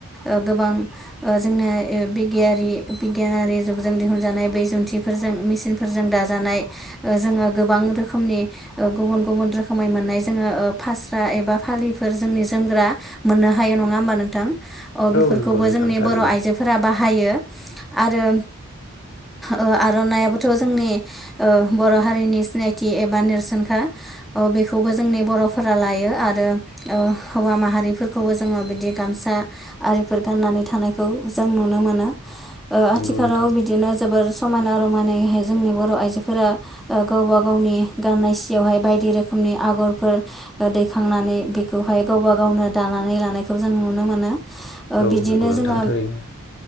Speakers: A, in the centre; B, on the left.
A: ओ गोबां ओ जोंना ओ बिगियारि। बिगियानारि जुगजों दिहुनजानाय बै जुन्थिफोरजों मेसिनफोरजों दाजानाय। ओ जोङो गोबां रोखोमनि ओ गुबुन गुबुन रोखोम। समाय मोननाय जोङो ओ फास्रा एबा फालिफोर जोंनि जोमग्रा मोननो हायो नङा होमबा नों। थां अ बेफोरखौबो
B: औ नंगौ नोंथां
A: जोंनि
B: थारैनो
A: बर' आइजोफोरा बाहायो आरो। अ आर'नाइयाबोथ' जोंनि ओ बर' हारिनि सिनाय। थि एबा नेरसोनखा बेखौबो जोंनि बर'फोरा लायो आरो। ओ हौवा माहारिफोरखौबो जोङो बिदि गामसा आरिफोर गाननानै थानाय। खौ जों नुनो मोनो ओ
B: नंगौ
A: आथिखालाव
B: नोंथां
A: बि। दिनो जोबोर समायना रमायनायैहाय जोंनि बर' आइजोफोरा। ओ गावबा गावनि गाननाय सियावहाय बायदि रोखोमनि आगरफोर। दैखांनानै बेखौहाय गावबा गावनो दानानै लानायखौ जों नुनो मोनो। ओ
B: औ
A: बिदिनो
B: नंगौ नोंथां
A: जोङो
B: थारैनो